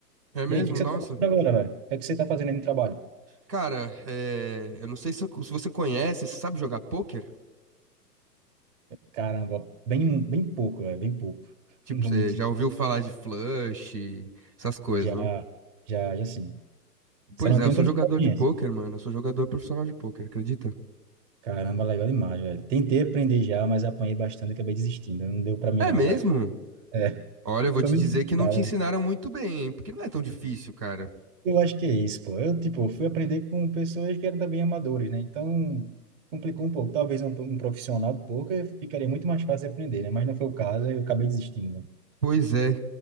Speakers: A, on the right; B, on the right.
A: É mesmo?
B: E aí, o que que você
A: Nossa.
B: tá fazendo agora, velho? O que é que você tá fazendo aí no trabalho?
A: Cara, é, eu não sei se, eu- se você conhece, você sabe jogar pôquer?
B: Caramba, bem, bem pouco, velho, bem pouco. <laughs>
A: Tipo,
B: Não vou
A: você
B: mentir.
A: já ouviu falar de flush, essas coisas,
B: Já, já, já sim. Só
A: Pois
B: não
A: é,
B: tenho
A: eu sou
B: tanta
A: jogador
B: experiência.
A: de pôquer, mano. Eu sou jogador profissional de pôquer, acredita?
B: Caramba, legal demais, velho. Tentei aprender já, mas apanhei bastante, e acabei desistindo. Não deu para mim,
A: É
B: não,
A: mesmo?
B: velho. É.
A: Olha, eu vou
B: Foi
A: te
B: muito
A: dizer
B: complicado.
A: que não te ensinaram muito bem, hein? Porque não é tão difícil, cara.
B: Eu acho que é isso, pô. Eu, tipo, fui aprender com pessoas que eram também amadores, né? Então, complicou um pouco. Talvez um, um profissional do poker ficaria muito mais fácil de aprender, né? Mas não foi o caso, eu acabei desistindo, né?
A: Pois é.